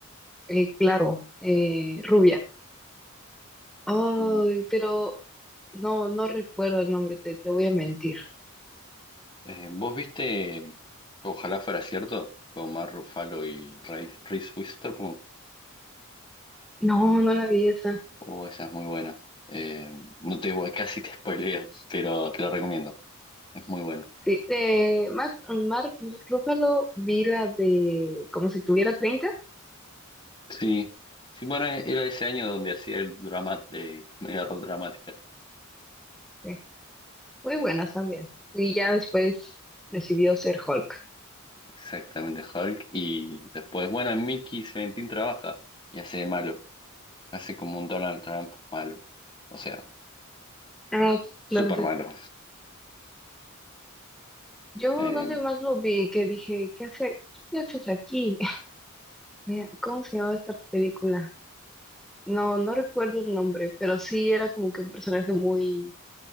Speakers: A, in the centre; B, on the left.
A: eh, claro, eh, rubia. Ay,
B: Mm.
A: pero no, no recuerdo el nombre, te, te voy a mentir.
B: Eh, ¿vos viste, ojalá fuera cierto, con Mark Ruffalo y Reese Reese Witherspoon?
A: No, no la vi esa.
B: Oh, esa es muy buena. Eh, no te voy, <laughs> casi te spoileo, pero te la recomiendo. Es muy buena.
A: Sí, de Mark, Mark Ruffalo vi la de como si tuviera treinta
B: Sí, sí, bueno, e, era ese año donde hacía el drama, eh, comedia rock dramática.
A: sí. Muy buenas también. Y ya después decidió ser Hulk.
B: Exactamente, Hulk. Y después, bueno, en Mickey Seventeen trabaja y hace de malo. Hace como un Donald Trump malo. O sea,
A: Ah,
B: súper
A: claro, sí.
B: malo.
A: Yo
B: Eh,
A: donde más lo vi, que dije, ¿qué hace, qué haces aquí? <laughs> Eh, ¿Cómo se llamaba esta película? No, no recuerdo el nombre, pero sí era como que un personaje muy,